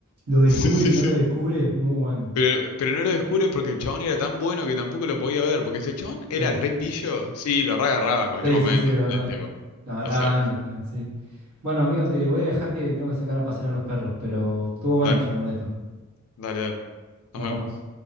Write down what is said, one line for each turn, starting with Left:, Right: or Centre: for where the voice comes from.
Right: lo
Left: <laughs>
Right: descubre
Left: sí sí
Right: y no
Left: sí
Right: lo descubre, es muy bueno.
Left: Pero, pero no lo descubre porque el chabón era tan bueno que tampoco lo podía ver, porque si el chabón
Right: Sí,
Left: era re pillo, sí, lo re agarraba en cualquier
Right: sí,
Left: momento,
Right: sí, sí, es
Left: ¿entendés?
Right: verdad.
Left: Tipo,
Right: Lo agarraba
Left: o sea,
Right: antes también, sí. Bueno, amigo, te voy a dejar que tengo que sacar a pasear a los perros, pero estuvo bueno
Left: dale,
Right: charlar de esto.
Left: dale, dale, nos
Right: Nos
Left: vemos.
Right: vemos.